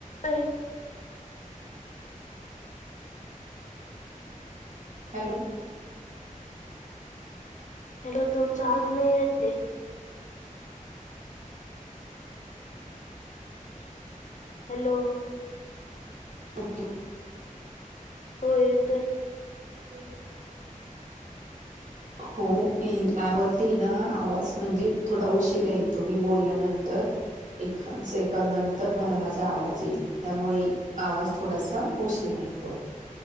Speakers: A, on the left; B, on the right.
A: नाही.
B: हॅलो.
A: हॅलो. तुमचा आवाज नाही येते.
B: <unintelligible>
A: हॅलो.
B: ओके.
A: हो येतोय.
B: हो <unintelligible> हो यावरती ना. आवाज म्हणजे थोडा उशीर यतो. मी बोलल्यानंतर. एखाद्या सेकंद नंतर. तुमला माझा आवाज येईल. त्यामुळे आवाज थोडासा उशीरा येतो.